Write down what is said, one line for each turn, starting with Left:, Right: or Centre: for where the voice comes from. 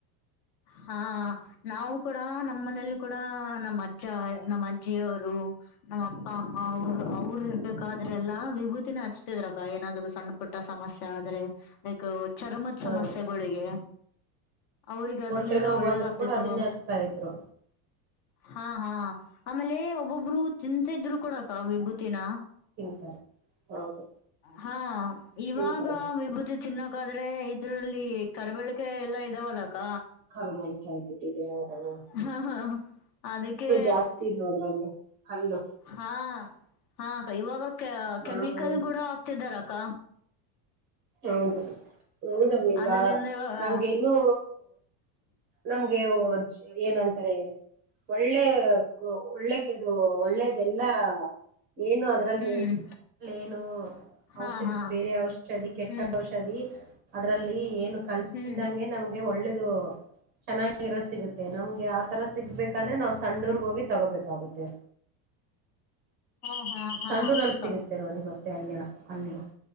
Left: ಹಾ. ನಾವು ಕೂಡ ನಮ್ಮ ಮನೇಲಿ ಕೂಡ ನಮ್ಮ ಅಜ್ಜ ನಮ್ಮ ಅಜ್ಜಿಯವರು ನಮ್ಮ. ಅ ಅಮ್ಮ
Right: ಹ್ಮ್
Left: ಅವರು ಅವರು ಇರ್ ಬಬೇಕಾದ್ರೆಲ್ಲ ವಿಭೂತಿನ ಹಚ್ತಿದ್ರಕ್ಕ ಏನಾದ್ರು ಸಣ್ಣ. ಪುಟ್ಟ ಸಮಸ್ಯೆ ಆದ್ರೆ ಲೈಕ್ ಚರ್ಮದ
Right: ಹ
Left: ಸಮಸ್ಯೆಗಳಿಗೆ ಅವ್ರಿಗ. ಈಗ ಅದ್ರಲಿಂದ
Right: ಹೊಟ್ಟೆ ನೋವು
Left: ಒಳ್ಳೇದ
Right: ಬಂದ್ರು
Left: ಆಗ್ತಿತ್ತು.
Right: ಕೂಡ ಅದನ್ನೇ ಹಚ್ತಾ ಇದ್ರು
Left: ಹಾ ಹಾ ಆಮೇಲೆ ಒಬ್ಬೊಬ್ರು ತಿಂತ ಇದ್ರು ಕೂಡಕ್ಕ ವಿಭೂತಿನ.
Right: ತಿಂತಾರೆ ಹೌದು.
Left: ಹಾ ಇವಾಗ
Right: ತಿಂತಾರೆ
Left: ವಿಭೂತಿ. ತಿನ್ನಕಾದ್ರೆ ಇದ್ರಲ್ಲಿ ಕರಿಬಳ್ಕೆ ಎಲ್ಲಾ ಇದಾವ ಅಲಕ್ಕ.
Right: ಕರಿಬೋಯಿ ಕಾಯಿ ಬಿಟ್ಟಿದೀಯಾ <unintelligible>
Left: ಹಾ ಹಾ ಅದಕ್ಕೆ.
Right: ಜಾಸ್ತಿ ಇದ್ವು ಅದ್ರಲ್ಲಿ ಕಲ್ಲು
Left: ಹಾ ಹಾ ಅಕ್ಕ ಇವಾಗ ಕ
Right: ಹ್ಮ್
Left: ಕೆಮಿಕಲ್ ಗೂಡ ಆಗ್ತಿದಾರಕ್ಕ.
Right: ಹೌದ ಹೌದ
Left: ಅದ್ರಲಿಂದ
Right: ಬಾ
Left: ಇವಾಗ
Right: ನನ್ನಗೂ ಇನ್ನು. ನಮ್ಗೆ ವರ್ಜ ಏನಂತಾರೆ. ಒಳ್ಳೆಕು ಒಳ್ಳೆಕದು ಒಳ್ಳೇದೆಲ್ಲ. ಏನು ಅದ್ರಲ್ಲಿ
Left: ಹ್ಮ್
Right: ಏನು
Left: ಹಾ
Right: ಔಷಧಿ
Left: ಹಾ
Right: ಬೇರೆ ಔಷಧಿ. ಕೆಟ್ಟ
Left: ಹ್ಮ್
Right: ಔಷಧಿ ಅದ್ರಲ್ಲಿ ಏನು ಕಲ್ಸಲ್ದಂಗೆ
Left: ಹ್ಮ್
Right: ನಮ್ಗೆ ಒಳ್ಳೇದು. ಚೆನ್ನಾಗಿರೋ ಸಿಗುತ್ತೆ ನಮ್ಗೆ ಆಥರ ಸಿಗ್ಬೇಕಾದ್ರೆ ನಾವು ಸಂಡೂರ್ಗ ಹೋಗಿ ತೊಗೋಬೇಕಾಗುತ್ತೆ.
Left: ಹಾ ಹಾ. ಹಾ
Right: ಸಂಡೂರಲ್ಲಿ
Left: ಅಕ್ಕ
Right: ಸಿಗುತ್ತೆ ನೋಡಿ ಮತ್ತೆ ಅಲ್ಲಿಯ ಅಲ್ಲಿ